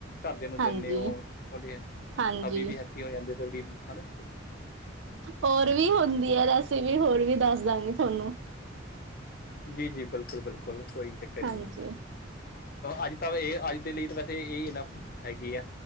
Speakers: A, on the left (about 50°); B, on the right (about 70°).
A: ਘਰਦਿਆਂ ਨੂੰ
B: ਹਾਂਜੀ
A: ਦਿੰਨੇ ਓ, ਤੁਆਡੇ
B: ਹਾਂਜੀ
A: ਹਬੀ ਵੀ ਹੈ ਫ੍ਰੀ ਹੋ ਜਾਂਦੇ ਜਲਦੀ, ਹਨਾਂ।
B: ਹੋਰ ਵੀ ਹੁੰਦੀ ਐ ਰੇਸਪੀ, ਹੋਰ ਵੀ ਦੱਸ ਦਾਂਗੀ ਥੋਨੂੰ।
A: ਜੀ-ਜੀ, ਬਿਲਕੁਲ-ਬਿਲਕੁਲ, ਕੋਈ ਚੱਕਰ
B: ਹਾਂਜੀ।
A: ਈ ਨਈਂ। ਅੱਜ ਤਾਂ ਏ ਅੱਜ ਦੇ ਲਈ ਤਾਂ ਵੈਸੇ ਏ ਇਨਫ਼ ਹੈਗੀ ਆ।